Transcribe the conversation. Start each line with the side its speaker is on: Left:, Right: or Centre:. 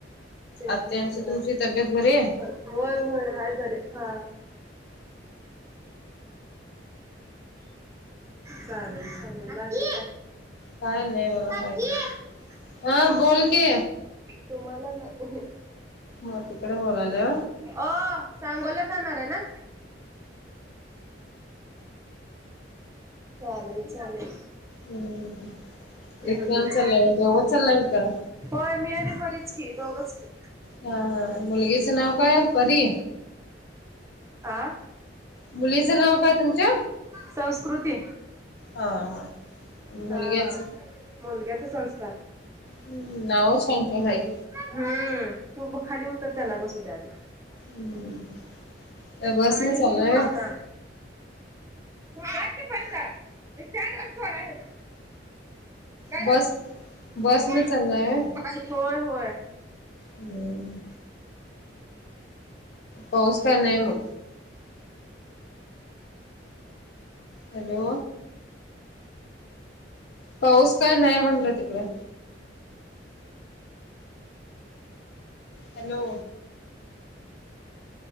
Right: त्याची
Left: आत्यांची
Right: यात्रा
Left: तुमची तब्येत बरी आहे?
Right: होय होय, हाय बरे. हा. चालेल चालेल. बाकी काय?
Left: काय नाही बघा
Right: काकी
Left: हाय की. हा बोल की.
Right: तुम्हाला नाही
Left: हा तिकडे बोलावलो?
Right: ओ, सांगोला जाणार आहे ना? चालेल चालेल.
Left: हम्म.
Right: हम्म.
Left: रिक्षान चालला व्हय? दोघंच चालला काय?
Right: होय. मी आणि परीच की, दोघच की.
Left: हा हा. मुलगीचं नाव काय? परी.
Right: आ.
Left: मुलीचं नाव काय तुमच्या?
Right: संस्कृती.
Left: हा हा. मुलग्याच
Right: हा. मुलग्याच संस्कार.
Left: हम्म. नाव छानछान आहेत.
Right: हम्म. तू खाली उतर, त्यांना बसू दे आधी.
Left: हम्म बसने
Right: गाडी
Left: चाललाय
Right: इल वो
Left: व्हय
Right: आता. घ्या की पैस, स्टॅण्ड वर सोडा ह्याला. काय झालं?
Left: बस बसने
Right: चला.
Left: चाललाय व्हय
Right: माय होय होय.
Left: हम्म पाऊस काय नाही मग. हॅलो. पाऊस काय नाही म्हटलं तिकडं. हॅलो.